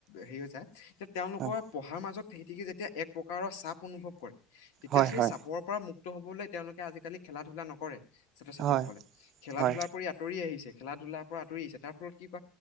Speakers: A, on the left; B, on the right.
A: হেৰি হৈ য এতিয়া। তেওঁলোকৰ
B: হয়
A: পঢ়াৰ মাজত। খেতিকে যেতিয়া এক প্ৰকাৰৰ চাপ অনুভৱ কৰে। তেতিয়া
B: হয়
A: সেই
B: হয়
A: চাপৰ পৰা মুক্ত। ক্ত হ'বলৈ তেওঁলোকে আজিকালি খেলা ধূলা নকৰে। ছাত্ৰ ছাত্ৰী
B: হয়
A: সকলে খেলা
B: হয়
A: ধূলাৰ পৰি আঁতৰি আহি। খেলা ধূলাৰ পৰা আঁতৰি আহিছে। তাৰ ফলত কি ক